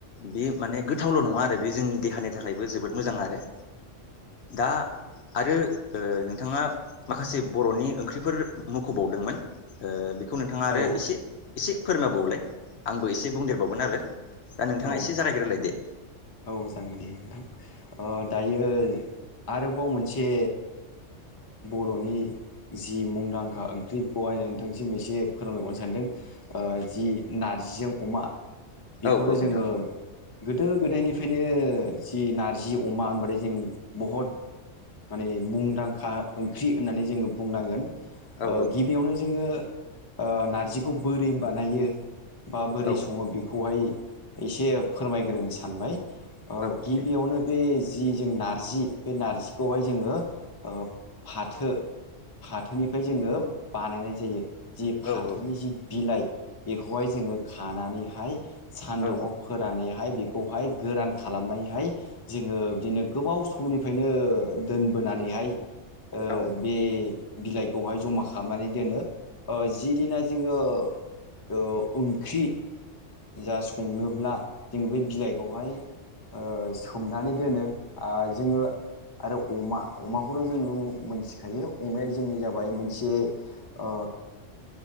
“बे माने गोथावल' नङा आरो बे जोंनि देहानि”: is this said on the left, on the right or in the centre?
Left